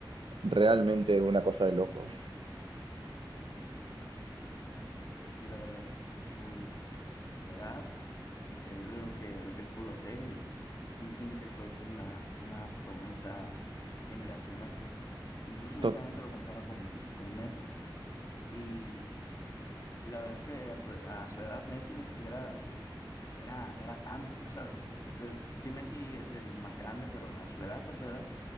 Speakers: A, on the right; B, on the left.
A: realmente una cosa de locos.
B: No, sí, la verdad, su, su edad, increíble lo que, lo que él pudo hacer y, y siento que él puede ser una, una promesa generacional. Incluso mucha
A: To-
B: gente lo compara con, con Messi y, y la verdad es que a su, a su edad Messi ni siquiera era, era tanto, ¿sabes? Entonces, sí, Messi es el más grande, pero a su edad, a su edad,